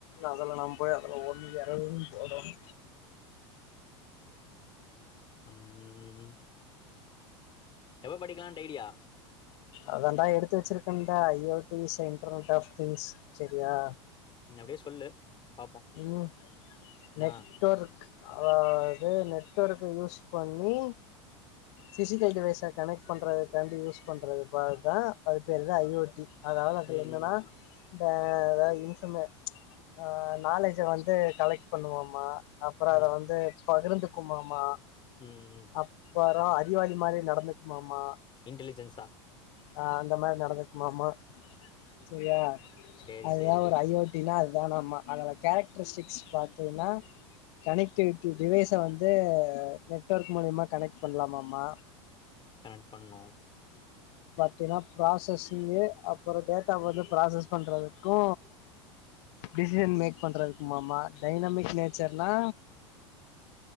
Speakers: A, on the left; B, on the left.
A: அதெல்லாம் நம்போய் அதுல ஒண்ணு யாருதுனு போடோனு
B: அம்ஹுஹும் எப்ப படிக்கலான்ட்டு ஐடியா
A: அதாண்டா எடுத்து வெச்சிருக்கண்டா I O T centre out of things செரியா
B: நீ அப்டியே சொல்லு பாப்போ
A: ம் நெட்வொர்க்
B: ஆ
A: அதாவது நெட்வொர்க்க யூஸ் பண்ணி பிஸிக்கல் டிவைஸர் கனெக்ட் பண்ணுறதுக்காண்டி யூஸ் பண்றது பாத்தா அது பேர்தா ஐ ஓ டி அதாவது அதுல
B: ம்
A: என்னன்னா
B: ம்
A: இந்த அதாவது இன் சொல்மே ப்ச் நாலேஜ வந்து கலெக்ட் பண்ணுவோமா அப்புற
B: ம்
A: அத வந்து பகிர்ந்துக்குமாமா
B: ம் ம்
A: அப்பற அர் றிவாளி மாரி நடந்துக்குமாமா
B: இன்டலிஜென்ஸா
A: ஆ அந்த மாரி நடந்துக்குமாமா செரியா
B: சேரி
A: அதுதா
B: சேரி
A: ஒரு ஐ ஓ டி ன்னா அதுதானாம்மா அதோட கேரக்ட்ரிஸ்டிக்ஸ் பாத்தீயின்னா கனெக்ட்டிவிட்டி டிவைஸ வந்து நெட்வொர்க் மூலியமா கனெக்ட் பண்லாமாம்மா
B: கனெக்ட் பண்ணோ
A: டினாப் ப்ராசஸிங்கு அப்புற டேட் டா வந்து ப்ராசஸ் பண்றதுக்கு
B: <unintelligible> <unintelligible>
A: டிசிஷன் மேக் பண்றதுக்குமாமா டைனமிக் நேச்சர்னா